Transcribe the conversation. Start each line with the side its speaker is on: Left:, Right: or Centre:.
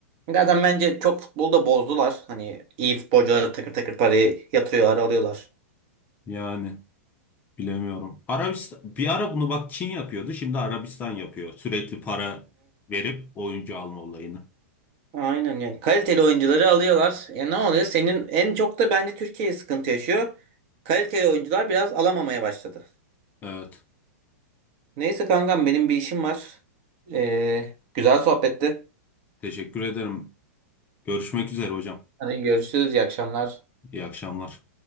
Right: Zaten bence çok futbolda bozdular. Hani iyi futbolcuları takır takır parayı yatırıyorlar, alıyorlar.
Left: Yani bilemiyorum. Arabistan bir ara bunu bak Çin yapıyordu. Şimdi Arabistan yapıyor. Sürekli para verip oyuncu alma olayını.
Right: Aynen yani kaliteli oyuncuları alıyorlar. E ne oluyor? Senin en çok da bence Türkiye sıkıntı yaşıyor. Kaliteli oyuncular biraz alamamaya başladı.
Left: Evet.
Right: Neyse kankam benim bir işim var. Ee, güzel sohbetti.
Left: Teşekkür ederim. Görüşmek üzere hocam.
Right: Hadi görüşürüz. İyi akşamlar.
Left: İyi akşamlar.